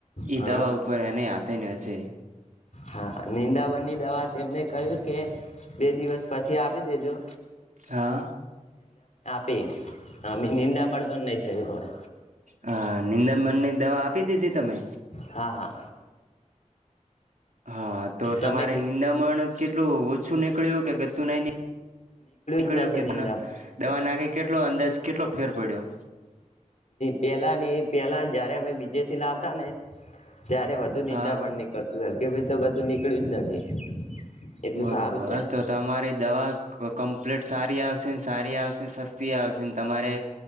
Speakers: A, on the right; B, on the left.
A: એ
B: હા
A: દવા ઉપર એને આથેને હશે
B: હા નિંદાવનની દવા તેમને કહ્યું કે બે દિવસ પછી આપી દેજો
A: હા
B: પીન હ નિંદા પણ નહી થય હવે
A: હ નિંદાબનની દવા આપી દીધી તમે
B: હા હા
A: હા તો
B: તમે
A: તમારે નિંદામણ કેટલું ઓછું નીકળ્યું કે ગતું નઈની નીકળ્યું
B: જ નથી
A: કે ત
B: નિંદા
A: દવા નાખી કેટલો અંદાજ કેટલો ફેર પડ્યો
B: પેલા ની પેલા જયારે અમે બીજે થી લાવતા ને ત્યારે વધુ નિંદા
A: હા
B: પણણ નીકળતું કે ભાઈ તો કતું નીકળ્યું જ નથી એટલું
A: બરોબર
B: સારું છે
A: તો તમારી દવા કમ્પ્લીટ સારી આવશે સારી આવશે સસ્તી આવેશે તમારે